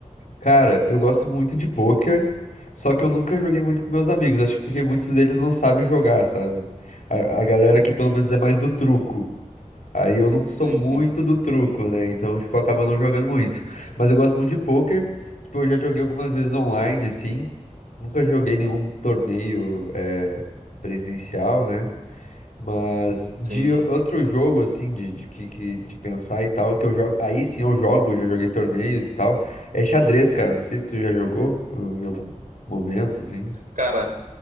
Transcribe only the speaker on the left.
Cara, eu gosto muito de pôquer, só que eu nunca joguei muito com meus amigos. Acho que porque muitos deles não sabem jogar, sabe? A, a galera aqui pelo menos é mais do truco. Aí eu não sou
muito
do truco, né? Então, tipo, eu acabo não jogando muito. Mas eu gosto muito de pôquer. Tipo, eu já joguei algumas vezes online, assim. Nunca joguei nenhum torneio, eh, presencial, né? Mas de
outro jogo, assim, de, de, que- que- de pensar e tal, que eu jogo. Aí sim eu jogo, já joguei torneios e tal. É xadrez, cara. Não sei se tu já jogou em algum momento, assim.